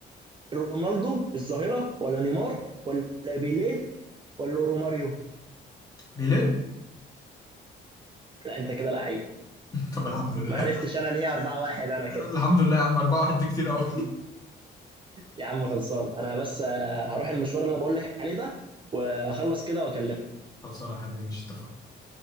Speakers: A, on the right; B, on the left.
A: رونالدو الظاهره ولا نيمار ولا بيليه ولا روماريو
B: ليه
A: لا انت كده لعيب
B: <laughs> طب الحمد لله
A: ما عرفتش انا انهي 4 1 انا كده
B: الحمد لله يا عم 4 واحد دي كتير قوي
A: يا عم خلصان انا بس آه، هروح المشوار اللي انا بقول لك عليه ده واخلص كده واكلمك
B: خلصانه يا حبيبي مش اتفقنا